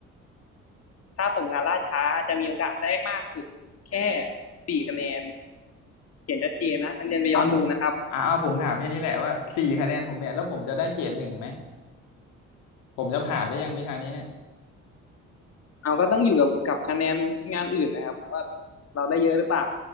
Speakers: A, on the left; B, on the left.
A: ถ้าส่งงานล่าช้าจะมีโอกาสได้มากสุดแค่สี่คะแนนเขียนชัดเจนนะนักเรียนไปย้อนดูนะครับ
B: เอาผมอ่าเอาผมถามแค่นี้แหละว่าสี่คะแนนผมเนี่ยแล้วผมจะได้เกรดหนึ่งไหมผมจะผ่านหรือยังวิชานี้เนี่ย
A: เอาก็ต้องอยู่กับกับคะแนนชิ้นงานอื่นนะครับว่าเราได้เยอะหรือเปล่า